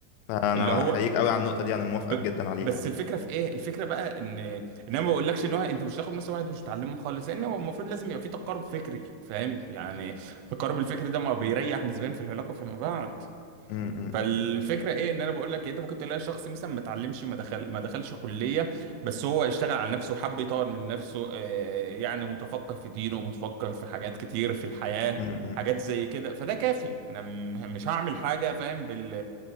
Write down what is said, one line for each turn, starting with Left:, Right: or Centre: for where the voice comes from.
Left: فانا
Right: اللي هو
Left: احييك قوي على النقطه دي انا موافقك
Right: ب...
Left: جدا عليها
Right: بس
Left: يعني
Right: الفكره في ايه الفكره بقى ان ان انا ما بقولكش ان هو انت مش هتاخد مثلا واحد مش متعلمه خالص لان هو المفروض لازم يبقى في تقارب فكري فاهم يعني التقارب الفكري ده ما بيريح نسبيا في العلاقه فيما بعد
Left: م- م-
Right: فالفكره ايه ان انا بقول لك إيه؟ انت ممكن تلاقي شخص مثلا ما اتعلمش ما دخل ما دخلش كليه بس هو اشتغل على نفسه وحب يطور من نفسه آه، يعني متفقه في دينه متفقه في حاجات كتير في الحياه
Left: م-
Right: حاجات زي كده فده كافي انا م- مش هعمل حاجه فاهم بال